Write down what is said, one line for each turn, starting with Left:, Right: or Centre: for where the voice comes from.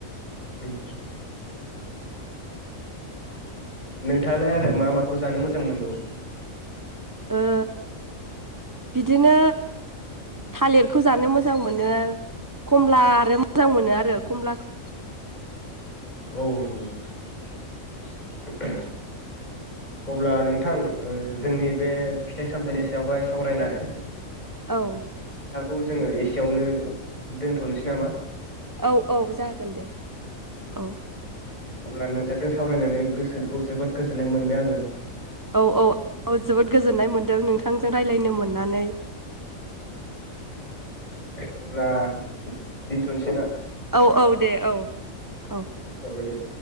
Left: उम नोंथाङालाय आरो मा माखौ जानो मोजां मोनबावो
Right: ओ बिदिनो थालिरखौ जानो मोजां मोनो। खमला आरो मोजां मोनो आरो कमलाखौ
Left: औ औ औ अब्ला नोंथां जोंनि बे फिथाइ सामथायाइनि सायावहाय सावरायनाय।
Right: औ
Left: खौ जोङो एसेयावनो दोनथ'नोसै नामा
Right: औ औ जागोन दे औ
Left: अब्ला नोंथांजों सावरायनानै गोसोखौ जोबोद गोजोननाय मोनबाय आङो।
Right: औ औ औ जोबोद गोजोननाय मोनदों नोंथांजों रायलायनो मोननानै
Left: अब्ला दोनथ'नोसै ना?
Right: औ औ दे औ औ
Left: औ दे